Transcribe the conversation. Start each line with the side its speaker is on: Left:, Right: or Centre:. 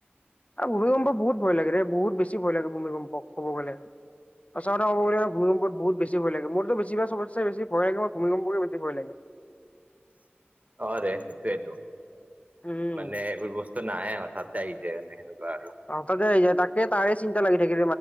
Left: আ ভূমিকম্প বহুত ভয় লাগে বহুত বেছি ভয় লাগে ভূমিকম্প কব গলে। সচা কথা কব গলে ভমিকম্প বহুত বেছি ভয় লাগে, মোৰতো বেছি ভাগ চবতচে বেছি ভয় লাগে ভূমিকম্পকে বেছি ভয় লাগে।
Right: অ ৰে সেইটোৱেইটো।
Left: উম।
Right: মানে এইবোৰ বস্তু নাহে হঠাতে আহি যায় মানে সেনেকুৱা। আৰু
Left: হঠাতে আহি যায় তাকে তাৰে চিন্তা লাগি থাকে